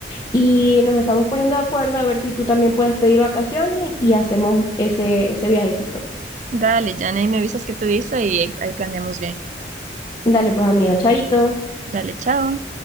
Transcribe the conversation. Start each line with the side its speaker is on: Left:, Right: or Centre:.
Left: y nos estamos poniendo de acuerdo a ver si tú también puedes pedir vacaciones y hacemos ese, ese viajecito.
Right: Dale, Jane, ahí me avisas qué te dice y ahí ahí planeamos bien.
Left: Dale pues amiga, chaito.
Right: Dale, chao.